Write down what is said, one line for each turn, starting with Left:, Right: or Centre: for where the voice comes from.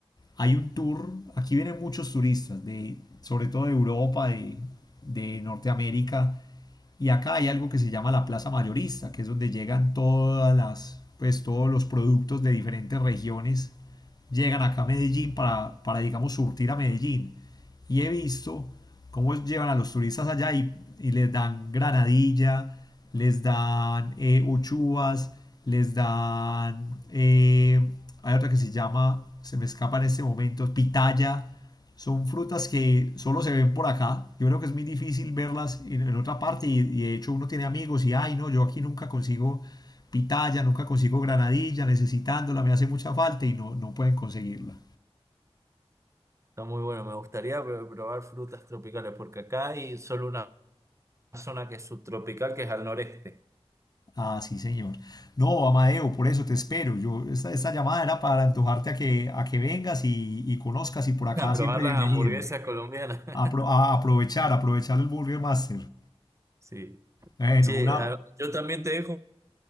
Left: hay un tour, aquí vienen muchos turistas, de, sobre todo de Europa, de, de Norteamérica, y acá hay algo que se llama la plaza mayorista, que es donde llegan todas las, pues todos los productos de diferentes regiones, llegan acá a Medellín para, para digamos, surtir a Medellín y he visto cómo llevan a los turistas allá y, y les dan granadilla, les dan eh, uchuvas, les dan... eh, hay otra que se llama, se me escapa en este momento, pitaya. Son frutas que solo se ven por acá. Yo creo que es muy difícil verlas en, en otra parte y, y de hecho uno tiene amigos y, ay, no, yo aquí nunca consigo pitaya, nunca consigo granadilla, necesitándola, me hace mucha falta y no, no pueden conseguirla.
Right: Está muy bueno, me gustaría pr- probar frutas tropicales, porque acá hay solo una zona que es subtropical, que es al noreste.
Left: Ah, sí, señor. No, Amadeo, por eso te espero. Yo, esta, esta llamada era para antojarte a que, a que vengas y, y conozcas y por acá
Right: <laughs> A probar
Left: siempre
Right: las
Left: bienvenido.
Right: hamburguesas colombianas. <laughs>
Left: Apro- a aprovechar, aprovechar el Burger Master.
Right: Sí.
Left: Bueno,
Right: Che,
Left: una...
Right: a-
Left: <laughs>
Right: yo también te dejo,